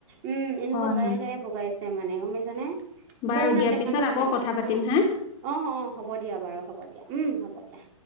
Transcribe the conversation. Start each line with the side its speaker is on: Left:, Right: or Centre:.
Right: উম, এনেকুৱা
Left: হয়
Right: গায়ে,
Left: হয়
Right: গায়ে বগাইছ ছে মানে গম পাইছনে?
Left: বাৰু
Right: কৰুণাত
Left: দিয়া
Right: দেখা
Left: পিছত
Right: নাছিলা?
Left: আকৌ কথা পাতিম
Right: উম অ',
Left: হা
Right: অ', হ'ব দিয়া বাৰু, হ'ব দিয়া উম, হ'ব। দিয়া।